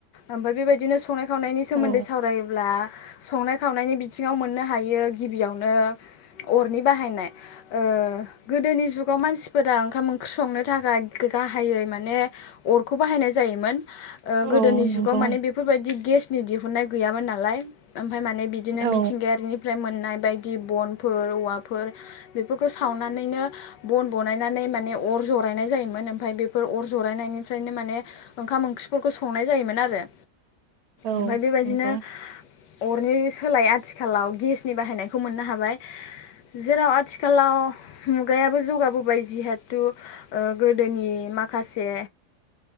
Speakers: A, on the left; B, on the right.
A: ओमफाय बेबायदि बिदिनो संनाय खावनायनि सोमोन्दै
B: औ
A: सावरायोब्ला संनाय खावनायनि बिथिङाव मोननो हायो गिबियावनो अरनि बाहायनाय ओ गोदोनि जुगाव मानसिफोरा ओंखाम ओंख्रि संनो थाखाय गाहायै माने अरखौ बाहायनाय जायोमोन ओ
B: औ
A: गोदोनि
B: नंगौ
A: जुगाव माने बेफोरबायदि गेसनि दिहुननाय गैयामोन नालाय ओमफ्राय माने बिदिनो
B: औ
A: मिथिंगायारिनिफ्राय मोन नाय बायदि बनफोर औवाफोर बेफोरखौ सावनानैनो बन बानायनानै माने अर जरायनाय जायोमोन ओमफाय बे फोर अर जरायनायनिफ्रायनो माने ओंखाम ओंख्रिफोरखौ संनाय जायोमोन आरो
B: औ
A: ओमफाय बेबायदिनो
B: नंगौ
A: अरनि सोलाय आथिखालाव गेसनि बाहायनायखौ मोननो हाबाय जेराव आथिखालाव मुगायाबो जौगाबोबाय जिहेतु थु गोदोनि माखासे